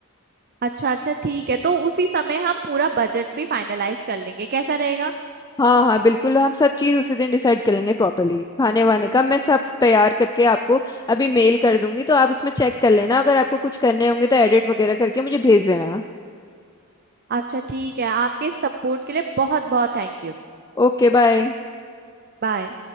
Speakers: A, on the right (about 45°); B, on the left (about 15°).
A: अच्छा अच्छा ठीक है तो उसी समय हम पूरा बजट भी फाइनलाइज कर लेंगे कैसा रहेगा
B: हाँ हाँ बिल्कुल हम सब चीज़ उसी दिन डिसाइड कर लेंगे प्रॉपरली खाने वाने का मैं सब तैयार करके आपको अभी मेल कर दूंगी तो आप उसमें चेक कर लेना अगर आपको कुछ करने होंगे तो एडिट वगैरह करके मुझे भेज देना
A: अच्छा ठीक है आपके सपोर्ट के लिए बहुत बहुत थैंक यू
B: Okay bye
A: बाय